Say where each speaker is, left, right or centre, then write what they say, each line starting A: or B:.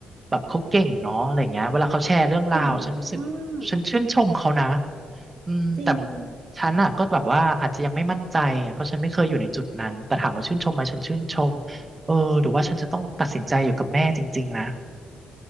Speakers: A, on the right; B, on the right.
A: แบบเขาเก่งเนาะอะไรเงี้ยเวลาเขาแชร์เรื่องราวฉันรู้สึก
B: เก่งมาก
A: ฉันชื่นชมเขานะอืมแต่
B: จริง
A: ฉันอ่ะก็แบบว่าอาจจะยังไม่มั่นใจไงเพราะฉันไม่เคยอยู่ในจุดนั้นแต่ถามว่าชื่นชมไหมฉันชื่นชมเออหรือว่าฉันจะต้องตัดสินใจอยู่กับแม่จริงๆนะ